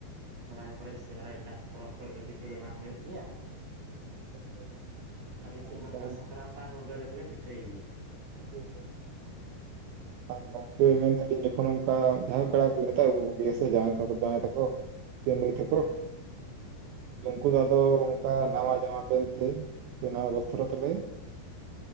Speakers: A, on the right; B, on the right.
A: ᱥᱚᱨᱦᱟᱭ ᱠᱚᱨᱮ ᱥᱮ ᱟᱨᱚ ᱮᱴᱟᱜ ᱯᱚᱨᱚᱵᱽ ᱠᱚᱨᱮ ᱫᱚ ᱯᱤᱴᱷᱟᱹ ᱫᱚ ᱵᱟᱝ ᱦᱩᱭᱩᱜ ᱜᱮᱭᱟ᱾
B: ᱦᱳᱭ ᱦᱳᱭ
A: ᱟᱞᱮ ᱥᱮᱫ
B: ᱟᱨ
A: ᱱᱚᱝᱠᱟ
B: ᱜᱚᱝ
A: ᱥᱟᱠᱨᱟᱛ ᱟᱨ ᱨᱩᱸᱰᱟᱹ ᱨᱮᱜᱮ ᱞᱮ ᱯᱤᱴᱷᱟᱹᱭ ᱜᱮᱭᱟ᱾
B: ᱦᱳᱭ ᱦᱳᱭ᱾ ᱟᱨ ᱜᱚᱝᱠᱮ ᱢᱮᱱ ᱫᱟᱞᱤᱧ ᱡᱚᱠᱷᱚᱱ ᱚᱱᱠᱟ ᱡᱟᱦᱟᱸᱭ ᱯᱮᱲᱟ ᱠᱚ ᱢᱮᱛᱟᱣᱟ ᱠᱚ ᱜᱮᱭᱟ ᱥᱮ ᱡᱟᱶᱟᱭ ᱛᱟᱠᱚ ᱡᱟᱶᱟᱭ ᱛᱟᱠᱚ, ᱥᱮ ᱢᱟᱹᱭ ᱛᱮᱠᱚ᱾
A: ᱦᱮᱸ
B: ᱱᱩᱝᱠᱩ ᱫᱚ ᱟᱫᱚ ᱱᱚᱝᱠᱟ ᱱᱟᱣᱟ ᱡᱟᱢᱟ ᱯᱮᱱ ᱛᱮ ᱥᱮ ᱱᱟᱣᱟ ᱵᱚᱥᱛᱨᱚ ᱛᱮᱞᱮ